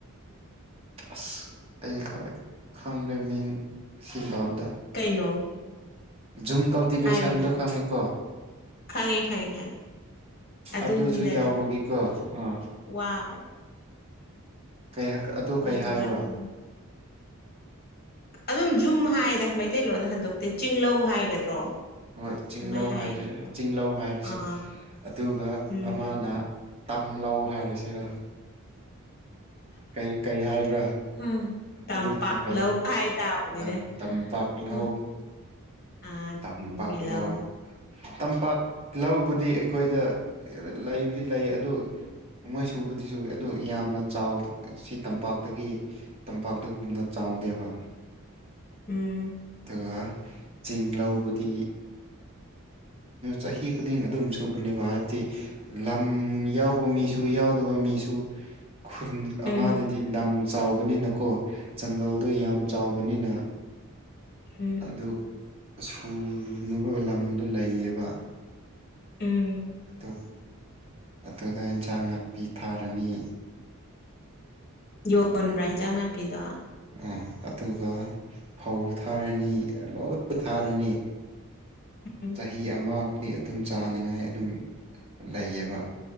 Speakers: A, on the right; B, on the left.
A: ꯑꯁ ꯑꯩ ꯈꯔ ꯈꯪꯗꯦ ꯃꯤꯡ ꯁꯤꯂꯗ
B: ꯀꯩꯅꯣ
A: ꯖꯨꯝ ꯀꯜꯇꯤꯚꯦꯁꯟꯗꯣ
B: ꯍꯥꯏꯌꯨꯅꯦ
A: ꯈꯪꯉꯤꯀꯣ
B: ꯈꯪꯉꯦ ꯈꯪꯉꯦ ꯈꯪꯉꯦ ꯑꯗꯨꯅꯤꯗꯅ
A: ꯑꯗꯨꯁꯨ ꯌꯥꯎꯕꯒꯤꯀꯣ ꯑꯥ
B: ꯋꯥꯕ
A: ꯀꯩ ꯑꯗꯨ ꯀꯩ
B: ꯋꯥꯗꯤ
A: ꯍꯥꯏꯕ꯭ꯔꯣ
B: ꯋꯥꯔꯝꯒꯅꯤ ꯑꯗꯨꯝ ꯖꯨꯝ ꯍꯥꯏꯗ ꯃꯩꯇꯩꯂꯣꯟꯗ ꯍꯟꯗꯣꯛꯇꯦ ꯆꯤꯡꯂꯧ ꯍꯥꯏꯒꯗ꯭ꯔꯣ
A: ꯍꯣꯏ ꯆꯤꯡꯂꯧ
B: ꯑꯗꯨꯃꯥꯏ ꯍꯥꯏꯒꯗ꯭ꯔꯣ
A: ꯍꯥꯏꯔꯤ ꯆꯤꯡꯂꯧ ꯍꯥꯏꯔꯤꯁꯦ
B: ꯑꯥ
A: ꯑꯗꯨꯒ
B: ꯎꯝ
A: ꯑꯃꯅ ꯇꯝꯂꯧ ꯍꯥꯏꯔꯁꯤꯔ ꯀꯩ ꯀꯔꯤ ꯍꯥꯏꯕ꯭ꯔꯥ
B: ꯑ ꯇꯝꯄꯥꯛꯂꯧ
A: ꯑꯗꯨꯅ ꯀꯩ
B: ꯍꯥꯏ ꯇꯕꯅꯤꯅꯦ
A: ꯑꯥ ꯇꯝꯄꯥꯛ ꯂꯧ
B: ꯎꯝ ꯑ
A: ꯇꯝꯄꯥꯛ
B: ꯇꯒ ꯂꯑꯣ
A: ꯂꯧ ꯇꯝꯄꯥꯛ ꯂꯧꯕꯗꯤ ꯑꯩꯈꯣꯏꯗ ꯂꯩꯕꯨꯗꯤ ꯂꯩ ꯑꯗꯨ ꯃꯣꯏ ꯁꯨꯕꯗꯨꯁꯨ ꯑꯗꯨ ꯌꯥꯝꯅ ꯆꯥꯎ ꯁꯤ ꯇꯝꯄꯥꯛꯇꯒꯤ ꯇꯝꯄꯥꯛꯇꯒꯨꯝꯅ ꯆꯥꯎꯗꯦꯕ
B: ꯎꯝ
A: ꯑꯗꯨꯒ ꯆꯤꯡ ꯂꯧꯕꯗꯤ ꯆꯍꯤ ꯈꯨꯗꯤꯡ ꯑꯗꯨꯝ ꯁꯨꯕꯅꯦꯕ ꯍꯥꯏꯕꯗꯤ ꯂꯝ ꯌꯥꯎꯕ ꯃꯤꯁꯨ ꯌꯥꯎꯗꯕ ꯃꯤꯁꯨ ꯈꯨꯜ
B: ꯎꯝ
A: ꯑꯃꯗꯗꯤ ꯂꯝ ꯆꯥꯎꯕꯅꯤꯅꯀꯣ ꯖꯪꯒꯜꯗ ꯌꯥꯝ ꯆꯥꯎꯕꯅꯤꯅ
B: ꯎꯝ꯫
A: ꯑꯗꯨ ꯁꯨꯅꯕ ꯂꯝꯗꯣ ꯂꯩꯌꯦꯕ
B: ꯎꯝ꯫
A: ꯑꯗꯨ ꯑꯗꯨꯗ ꯑꯦꯟꯁꯥꯡ ꯅꯥꯄꯤ ꯊꯥꯔꯅꯤ
B: ꯌꯣꯟꯕ꯭ꯔꯥ ꯍꯟꯖꯥꯡ ꯅꯥꯄꯤꯗꯣ
A: ꯎꯝ ꯑꯗꯨꯒ ꯐꯧ ꯊꯥꯔꯅꯤ ꯂꯣꯏꯅ ꯊꯥꯔꯅꯤ
B: ꯎꯝ
A: ꯆꯍꯤ ꯑꯃꯃꯨꯗꯤ ꯑꯗꯨꯝ ꯆꯥꯅꯤꯡꯉꯥꯏ ꯑꯗꯨꯝ ꯂꯩꯌꯦꯕ